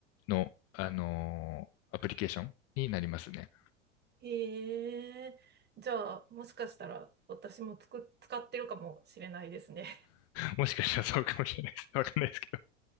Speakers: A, on the left (about 40°); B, on the right (about 25°).
A: の、あのーアプリケーションになりますね。
B: へえ。じゃあ、もしかしたら私もつく、使ってるかもしれないですね。
A: もしかしたらそうかもしれないです。<laughs> わかんないですけ